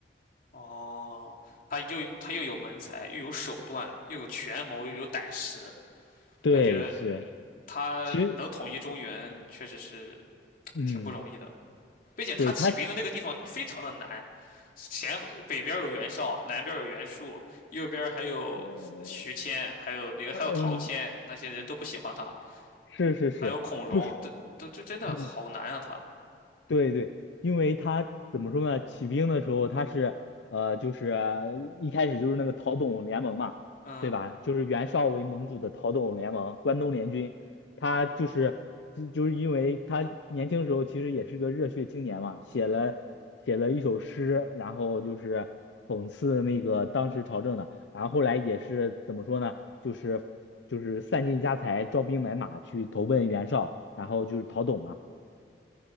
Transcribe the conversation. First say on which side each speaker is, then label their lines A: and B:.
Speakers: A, on the left; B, on the left.
A: 哦，他又他又有文采，又有手段，又有权谋，又有胆识，
B: 对，
A: 感觉
B: 是，
A: 他能统一中原，
B: 其实
A: 确实是
B: 嗯，
A: 挺不容易的。并且他起兵的那个地方非常的难，
B: 对他，
A: 前北边有袁绍，南边有袁术，右边还有徐谦，
B: 呃，
A: 还有那个还有陶谦，
B: 嗯，
A: 那些人都不喜欢他，
B: 是是是，
A: 还有孔融，
B: 就是，
A: 都都这真的好难啊他。
B: 嗯，对对，因为他怎么说呢？起兵的时候他是呃，就是一开始就是那个陶董联盟嘛，
A: 嗯，
B: 对吧？就是袁绍为盟主的陶董联盟，关东联军。他就是就就是因为他年轻时候其实也是个热血青年嘛，写了写了一首诗，然后就是讽刺那个当时朝政的。然后后来也是怎么说呢？就是就是散尽家财，招兵买马去投奔袁绍，然后就是陶董嘛。